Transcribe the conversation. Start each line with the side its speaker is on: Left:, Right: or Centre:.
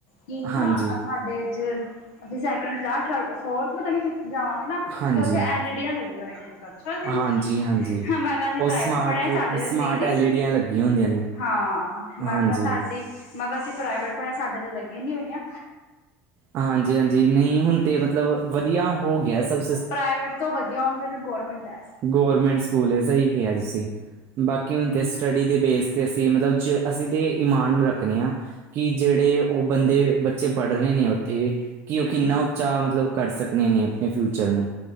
Left: ਕੀ ਨਾ
Right: ਹਾਂਜੀ,
Left: ਸਾਡੇ ਚ ਅਸੀ ਸੈਕਿੰਡ ਜਾ ਤਰਡ, ਫੋਰਥ ਪਤਾ ਨੀ ਜਾਵਾਗੇ ਨਾ
Right: ਹਾਂਜੀ,
Left: ਤੇ ੳਥੇ ਐਲ ਈ ਡੀਆ ਲੱਗੀਆ ਹੋਈਆ ਨੇ। ਅੱਛਾ ਜੀ,
Right: ਹਾਂਜੀ, ਹਾਂਜੀ।
Left: ਮੈ ਕੇਆ ਅਸੀ
Right: ਉਹ
Left: ਪ੍ਰਾਈਵੇਟ
Right: ਸਮਾਰਟ
Left: ਪੜੇ ਆਂ, ਸਾਡੇ ਤੇ
Right: ਸਮਾਰਟ
Left: ਸੀ ਨੀ
Right: ਐਲ ਈ ਡੀਆਂ ਲੱਗੀਆਂ ਹੁੰਦੀਆਂ ਨੇ
Left: ਹਾ ਮੈ
Right: ਹਾਂਜੀ।
Left: ਕੇਅ ਸਾਡੀ ਮੈ ਕੇਅ ਅਸੀ ਪ੍ਰਾਈਵੇਟ ਪੜੇ ਆ ਸਾਡੇ ਤਾ ਲੱਗੀ ਨੀ ਹੋਈਆ।
Right: ਹਾਂਜੀ-ਹਾਂਜੀ ਨਈ ਹੁਣ ਤੇ ਮਤਲਬ ਵਧੀਆ ਹੋ ਗਿਆ ਸਬ
Left: ਪ੍ਰਾਈਵੇਟ ਤੋ ਵਧੀਆ ਹੁਣ ਫੇਰ ਗੌਰਮੈਂਟ ਐ।
Right: ਗੌਰਮੈਂਟ ਸਕੂਲ ਏ, ਸਹੀ ਕੇਆ ਤੁਸੀ। ਬਾਕੀ ਹੁਣ ਤੇ ਸਟੱਡੀ ਦੇ ਬੇਸ ਤੇ ਅਸੀ ਮਤਲਬ ਜੇ ਅਸੀ ਤੇ ਈਮਾਨ ਰੱਖਨੇ ਆ। ਕਿ ਜੇੜੇ ੳ ਬੰਦੇ ਬੱਚੇ ਪਢ਼ ਰਏ ਨੇ ੳਥੇ ਕਿ ੳ ਕਿੰਨਾ
Left: ਹਮ
Right: ਉਚਾ ਮਤਲਬ ਕਰ ਸਕਨੇ ਨੇ ਅਪਨੇ ਫਿਊਚਰ ਨੂੰ